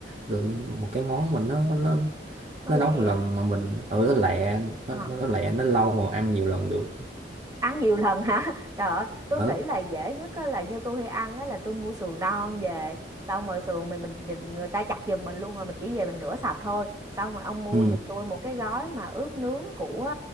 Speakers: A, on the right; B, on the right.
A: được một cái món mình nó nó
B: nó
A: nó
B: lẹ
A: nấu một lần mà mình ở đó lẹ nó,
B: Ờ.
A: nó nó lẹ nó lâu mà ăn nhiều lần được
B: ăn nhiều lần hả <laughs> trời ơi tôi
A: ở
B: nghĩ là dễ nhất á, là như tôi hay ăn á là tôi mua sườn non về xong rồi sườn mình mình định- người ta chặt giùm mình luôn rồi mình chỉ về mình rửa sạch thôi xong rồi ông mua
A: ừ
B: giùm tôi một cái gói mà ướp nướng của